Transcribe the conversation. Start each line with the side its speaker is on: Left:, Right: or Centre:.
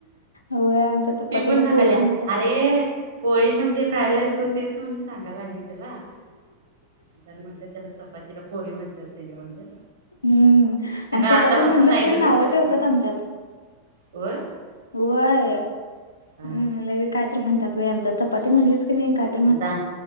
Left: होय आमच्या चपातीला
Right: ती पण सांगाल्या
Left: पोळी म्हणतात
Right: अरे पोळी म्हणजे खायालायस तू तेच म्हणून सांगा लागली त्याला तर म्हटलं त्याला चपातीला पोळी म्हणत्यात तेनी म्हटलं
Left: हम्म
Right: त्यांना
Left: आणि चपाती
Right: आतापासून
Left: म्हटलीस
Right: सांगितलं
Left: की नाव
Right: तर कळते
Left: ठेवतात
Right: ना
Left: आमच्यात
Right: होय.
Left: होय
Right: हा
Left: ह लगे काय काय तर म्हणत्यात बाई आमच्यात चपाती म्हणलीस कनी काय त
Right: आता